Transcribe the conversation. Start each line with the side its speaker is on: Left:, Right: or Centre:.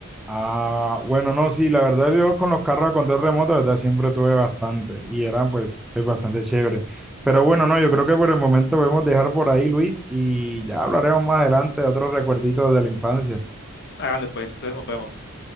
Centre: Ah, bueno, no, sí, la verdad yo con los carros a control remoto, la verdad siempre tuve bastante y eran pues es bastante chévere. Pero bueno, no, yo creo que por el momento podemos dejar por ahí, Luis, y ya hablaremos más adelante de otros recuerditos de la infancia.
Left: Hágale pues, entonces nos vemos.